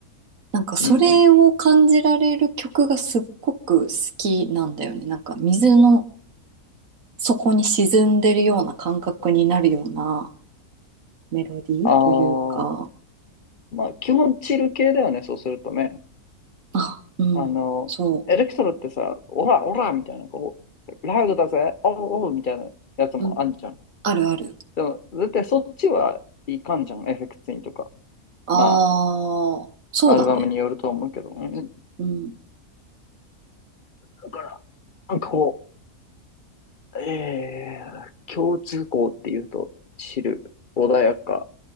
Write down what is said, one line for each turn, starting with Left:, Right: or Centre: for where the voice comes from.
Right: なんか、それを感じられる曲がすっごく好きなんだよね。
Left: うん、うん。
Right: なんか、水の底に沈んでるような感覚になるようなメロディーというか、
Left: ああ、まあ、基本チル系だよね、そうするとね。
Right: あ、うん、
Left: あの、
Right: そ
Left: エレクトロってさ、オラ、オラみたいな、こう、ラウドだぜ、おうおうみたいなやつもあんじゃん。
Right: う、うん、あるある。
Left: でも、絶対そっちはいかんじゃん、エフェクツインとか。
Right: ああ、
Left: ま
Right: そうだね。
Left: あ、アルバムによると思うけど。うん
Right: うん。
Left: だから、なんかこう、えー、共通項っていうと、チル、穏やか、